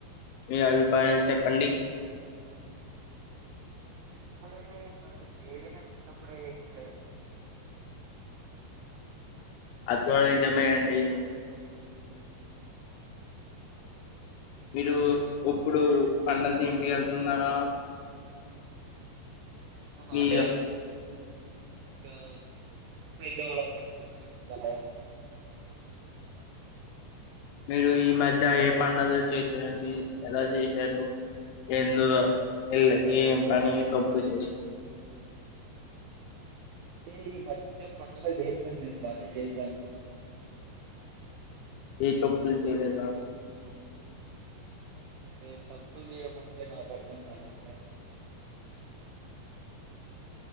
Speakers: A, on the left (about 80°); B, on the right (about 85°).
A: మీ అభిప్రాయం చెప్పండి.
B: ఇప్పుడే, మనకు ఏదైనా చిన్నప్పుడే, ఎంజ్.
A: అద్గుడ నిజమేయండి, మీరు ఉప్పుడు పండక్కి ఇంటికి కెళ్తున్నారా.
B: ఆహా
A: మీ
B: లేదండి. ఇంకా <unintelligible>
A: మీరు ఈ మధ్య ఏ పండగ చేశారండి ఎలా చేశారు, ఎందు, ఎల్, ఎ, పని, తప్పు చేశారు.
B: అంటే, ఈ మధ్య పండుగలు చేసాను, మేమ్ బానే చేశాను.
A: ఏ తప్పులు, చెయ్యలేదా.
B: ఎ తప్పులు చేయడం అంటే, నాకు అర్థం కాలేద్ సార్.